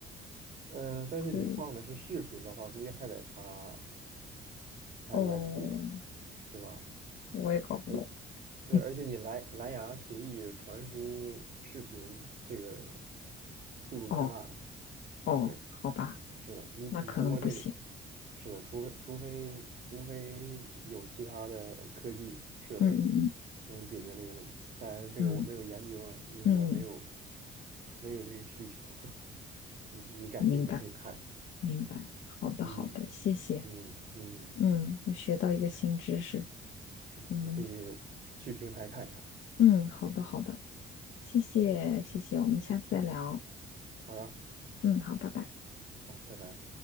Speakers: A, on the right; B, on the left.
A: 呃，但是你放的是视频的话，
B: 可以。
A: 估计还得插。插
B: 哦，
A: USB 吧，对吧？
B: 我也搞不懂。
A: 而对，
B: <laughs>
A: 而且你蓝蓝牙协议传输视频这个速度太慢了。
B: 哦哦，
A: 对，
B: 好吧，
A: 是的，你你通过这个，
B: 那可能不行。
A: 是的，除非除非除非有其他的科技设备
B: 嗯嗯
A: 能解决这个问题，当然这个我没有研究了，
B: 嗯
A: 因为我没有
B: 嗯
A: 没有这个需求。<laughs> 你你感兴趣可以看，
B: 嗯，明白明白。好的好的，
A: 嗯
B: 谢谢。
A: 嗯嗯，嗯
B: 嗯，又学到一个新知识。
A: 哇，是的，
B: 我们
A: 你可以去平台看一下。
B: 嗯，好的好的，谢谢谢谢，我们下次再聊。
A: 好呀，
B: 嗯，好，拜拜。
A: 哦，拜拜。